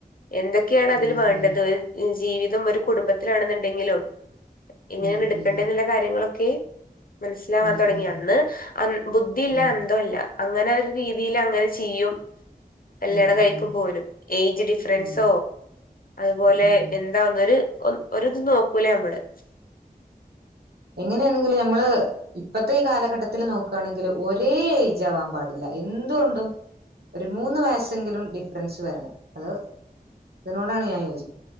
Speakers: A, on the left; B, on the right.
A: എന്തൊക്കെയാണ് അതിൽ
B: ഉം
A: വേണ്ടത്
B: ഉം
A: ജീവിതം ഒരു കുടുംബത്തിലാണെന്നുണ്ടെങ്കിലും ഇങ്ങനെയാണ്
B: ഉം
A: എടുക്കേണ്ട
B: ഉം
A: എന്നുള്ള കാര്യങ്ങളൊക്കെ ഓക്കെ മനസ്സിലാവാൻ
B: ഉം
A: തുടങ്ങി
B: ഉം
A: അന്ന് അന്ന ബുദ്ധിയില്ല
B: ഉം ഉം
A: അന്തോ ഇല്ല അങ്ങനെ ഒരു രീതിൽ അങ്ങനെ ചെയ്യും എല്ലട
B: ഉം
A: കഴിക്കും
B: ഉം
A: പോലും ഏജ് ഡിഫറൻസോ
B: ഉം
A: അതുപോലെ
B: ഉം
A: എന്തോന്നരു ഒ ഒരിത് നോക്കൂലേ നമ്മള്
B: എങ്ങനെയാണെങ്കില് നമ്മള് ഇപ്പത്തെ ഈ കാലഘട്ടത്തില് നോക്കയാണെങ്കില് ഒരേ ഏജ് ആവാൻ പാടില്ല എന്തുകൊണ്ടും ഒരു മൂന്ന്
A: ഉം
B: വയസ്സെങ്കിലും ഫ്രണ്ട്സ് വരണം അത് അതിനോടാണ് ഞാൻ യോജിക്കുന്നത്